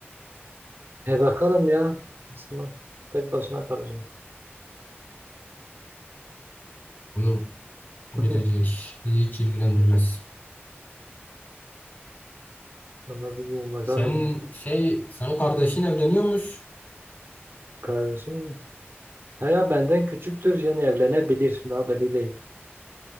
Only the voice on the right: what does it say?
E bakalım ya. Aslında tek başına kalacağım.
<laughs>
Vallahi bilmiyorum bakalım
ya.
Kardeşim. Ha ya benden küçüktür yani evlenebilir. Daha belli değil.